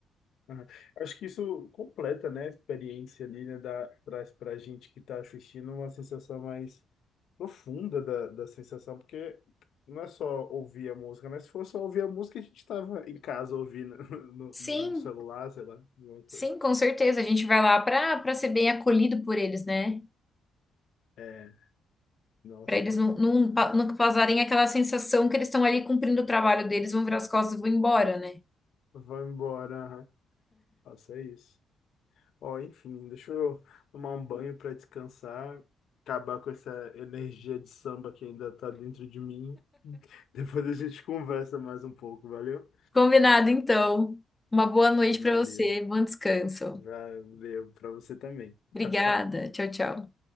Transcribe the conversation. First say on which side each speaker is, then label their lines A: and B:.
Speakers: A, on the left; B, on the left.
A: Aham. Acho que isso completa, né, a experiência ali, né, dá, traz pra gente que tá assistindo uma sensação mais profunda da, da sensação, porque não é só ouvir a música, né? Se fosse só ouvir a música, a gente estava em casa ouvindo <laughs> no, no
B: Sim,
A: celular, sei lá, alguma coisa.
B: sim, com certeza. A gente vai lá para para ser bem acolhido por eles, né?
A: É, nossa,
B: Para eles não, não, pa- não causarem aquela sensação que eles estão ali cumprindo o trabalho deles, vão virar as costas e vão embora, né?
A: vai embora, aham. Nossa, é isso. Ó, enfim, deixa eu tomar um banho para descansar, acabar com essa energia de samba que ainda tá dentro de mim. <laughs> Depois a gente conversa mais um pouco, valeu?
B: Combinado, então. Uma boa noite
A: Valeu.
B: para você, bom descanso.
A: Valeu para você também.
B: Obrigada.
A: Tchau, tchau.
B: Tchau, tchau.